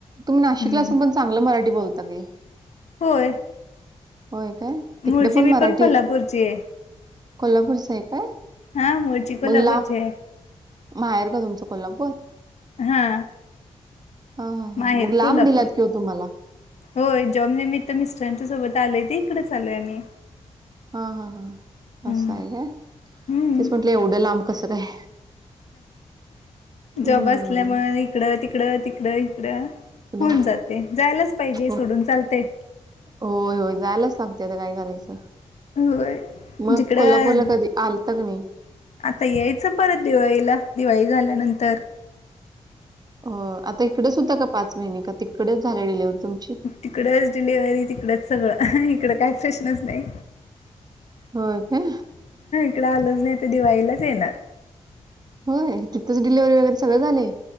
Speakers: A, on the right; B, on the left.
A: तुम्ही
B: हं
A: नाशिकला असून पण चांगलं मराठी बोलता की?
B: होय.
A: होय काय
B: मूळची
A: तिकड पण
B: मी
A: मराठी,
B: कोल्हापूरची आहे
A: कोल्हापूरच हाय काय?
B: हा मूळची कोल्हापूरची
A: मग लांब
B: हाय.
A: माहेर का तुमच कोल्हापूर?
B: हा
A: हा हा
B: माहेर
A: हा मग
B: कोल्हापूर
A: लांब दिल्यात कि ओ तुम्हाला?
B: होय जॉबनिमित्त मिस्टरांच्या सोबत आलोय ते इकडेच आलोय आम्ही.
A: हा हा हा,
B: हम्म
A: असं आहे काय,
B: हम्म
A: तेच म्हटलं एवढं लांब कसं काय? हं.
B: जॉब असल्यामुळ इकडं तिकडं तिकडं इकडं
A: पुढे
B: होऊन जातय जायलाच पाहिजे
A: हो.
B: सोडून चालतय.
A: होय होय जायलाच लागतय त काय करायचं.
B: होय
A: मग
B: जिकडं
A: कोल्हापूरला कधी आलता क नाही.
B: आता यायचं परत दिवाळीला दिवाळी झाल्यानंतर
A: हो आता इकडेच होता का पाच महिने का तिकडेच झाले डिलेवरं तुमची
B: तिकडच डिलिव्हरी तिकडच सगळं इकड काय प्रश्नच नाय.
A: हो काय
B: तिकड आलज नाय ते दिवाळीलाच येणार
A: होय तितच डिलेवारी वगैरे सगळं झालंय.